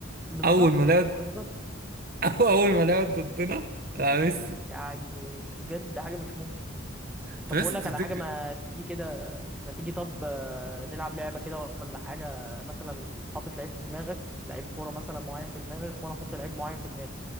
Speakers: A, in the centre; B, on the right.
A: بالظبط
B: اول ما لعب
A: بالظبط
B: <laughs> اول ما لعب ضدنا لا ميسي
A: يعني بجد حاجه مش ممكن
B: طب
A: طب
B: لسه
A: بقول لك
B: تفتكر
A: على حاجه ما تيجي كده ما تيجي طب آه، نلعب لعبه كده ولا حاجه مثلا حاطط لعيب في دماغك لعيب كوره مثلا معين في دماغك وانا احط لعيب معين في دماغي